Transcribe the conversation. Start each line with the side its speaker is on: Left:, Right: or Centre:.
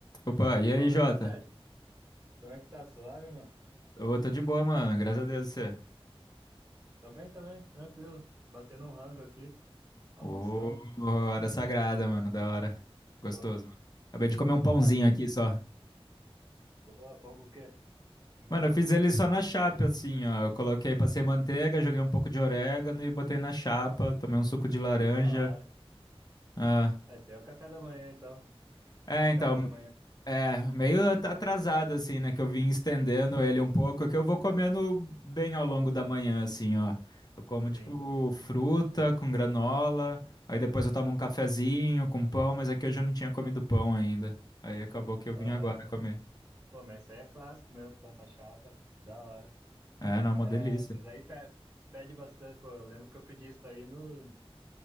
Left: Opa, e aí,
Right: Fala
Left: Jota?
Right: aí, Fred. Como é que tá? Suave, mano?
Left: Ô, tô de boa, mano. Graças a Deus, você.
Right: Tô bem também, tranquilo. Batendo um rango aqui, almoçando.
Left: Ô, hora sagrada, mano. Da hora. Gostoso,
Right: Pô,
Left: mano. Acabei de comer um pãozinho
Right: Ah, tô
Left: aqui só.
Right: boa. Pão com o quê? O que que
Left: Mano,
Right: você curte?
Left: eu fiz ele só na chapa, assim, ó. Eu coloquei, passei manteiga, joguei um pouco de orégano e botei na chapa. Tomei um suco de laranja.
Right: Da hora.
Left: Ah.
Right: Ah, Esse aí é o café da manhã, então.
Left: É,
Right: Tá de
Left: então.
Right: café da manhã.
Left: É, meio at- atrasado, assim, né? Que eu vim estendendo ele um pouco, é que eu vou comendo bem ao longo da manhã, assim, ó. Eu como,
Right: Sim.
Left: tipo, fruta com granola, aí depois eu tomo um cafezinho com pão, mas aqui eu já não tinha comido pão ainda. Aí acabou que eu
Right: Aham.
Left: vim agora comer.
Right: Pô, mas isso aí é clássico mesmo, pão na chapa. Da hora.
Left: É, não, uma
Right: É,
Left: delícia.
Right: esses aí pe- pede bastante. Pô, eu lembro que eu pedi isso aí no,